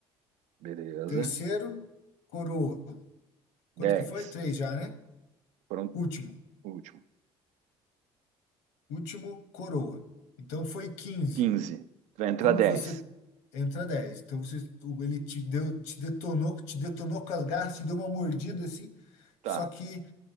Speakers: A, on the right; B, on the left.
A: Beleza.
B: Terceiro, coroa. Quanto
A: dez
B: que foi? Três já, né?
A: Pronto,
B: Último.
A: o último.
B: Último, coroa. Então foi quinze
A: quinze Vai entrar
B: Como
A: dez
B: você entra dez Então você, o- ele te deu, te detonou, te detonou com as garras, te deu uma mordida assim,
A: Tá.
B: só que